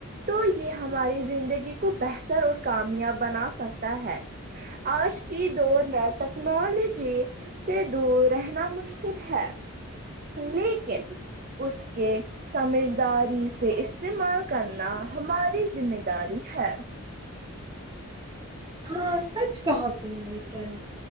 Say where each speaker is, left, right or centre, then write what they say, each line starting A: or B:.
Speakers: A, on the right; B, on the right.
A: تو یہ ہماری زندگی کو بہتر اور کامیاب بنا سکتا ہے آج کی دور میں ٹیکنالوجی سے دور رہنا مشکل ہے لیکن اس کے سمجھداری سے استعمال کرنا ہماری ذمہ داری ہے
B: ہاں سچ کہا ت میں جل